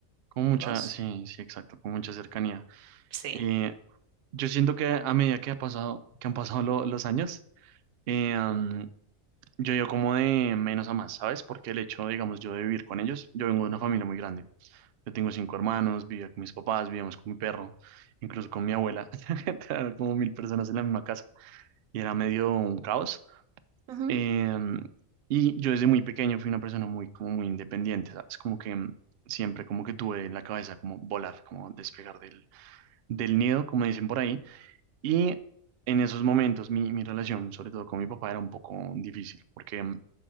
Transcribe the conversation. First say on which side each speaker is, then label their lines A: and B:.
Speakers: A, on the right; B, on the right.
A: con
B: ¿Y
A: mucha,
B: vos?
A: sí, sí, exacto, con mucha cercanía.
B: Sí.
A: Eh, yo siento que a medida que ha pasado, que han pasado lo- los años, eh, um, yo he ido como de menos a más, ¿sabes? Porque el hecho, digamos, yo de vivir con ellos, yo vengo de una familia muy grande. Yo tengo cinco hermanos, vivía con mis papás, vivíamos con mi perro, incluso con mi abuela. <laughs> Era Como mil personas en la misma casa y era medio un caos.
B: Ujú.
A: Em, y yo desde muy pequeño fui una persona muy, como muy independiente, ¿sabes? Como que mm, siempre como que tuve en la cabeza como volar, como despegar del, del nido, como dicen por ahí. Y en esos momentos mi, mi relación, sobre todo con mi papá, era un poco difícil, porque mm,